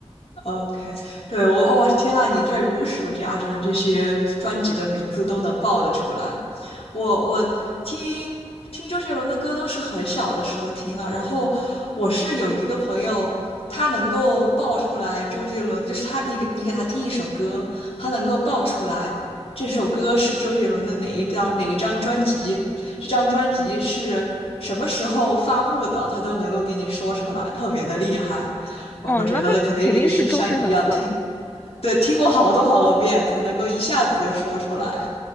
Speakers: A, on the left; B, on the left.
A: OK，对我哇、天呐，你这如数家珍，这些专辑的名字都能报得出来。我我听听周杰伦的歌都是很小的时候听了，然后我是有一个朋友，他能够报出来周杰伦，就是他你给你给他听一首歌，他能够报出来这首歌是周杰伦的哪一张哪一张专辑，这张专辑是什么时候发布的，他都能够给你说出来，特别的厉害。哦，
B: 哦，
A: 我觉得肯定也是像你一样听，
B: 那他肯定是忠实粉丝了。
A: 对，听过好多好多遍才能够一下子就说出来。